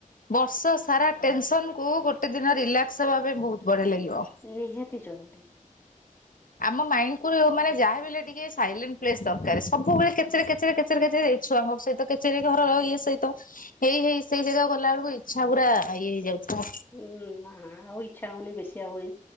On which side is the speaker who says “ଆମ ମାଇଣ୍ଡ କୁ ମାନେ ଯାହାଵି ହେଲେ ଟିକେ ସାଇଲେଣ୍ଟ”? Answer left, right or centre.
Left